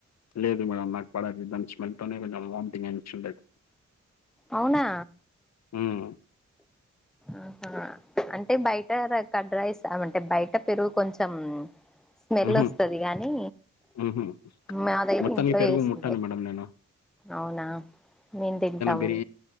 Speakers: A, on the left; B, in the centre.
A: లేదు మేడం నాకు పడది దాని స్మెల్తోనే కొంచెం వామ్థింగ్ అన్ ఉంటాడు
B: అవునా
A: ఉమ్,
B: ఆహా అంటే బయట కడ్ రైస్ అవంటే బయట పెరుగు కొంచెం స్మెల్
A: ఉహు,
B: వస్తది గానీ
A: ఉహు.
B: మాదైతే
A: మొత్తానికి
B: ఇంట్లో
A: పెరుగు
B: ఎసిందే
A: ముట్టాను మేడం నేను
B: అవునా మేమ్ తింటాం
A: పెరి